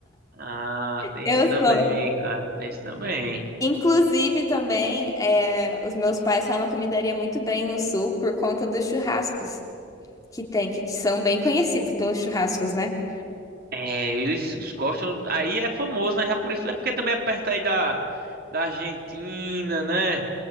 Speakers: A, on the right (about 50°); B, on the left (about 20°).
A: Ah, tem
B: eu
A: isso também,
B: sou.
A: cara, tem isso também.
B: Inclusive também, é, os meus pais falam que eu me daria muito bem no sul por conta dos churrascos que tem, que são bem conhecidos pelos churrascos, né?
A: É, eles gostam, aí é famoso, né? Já por isso, é porque também é perto aí da da Argentina, né?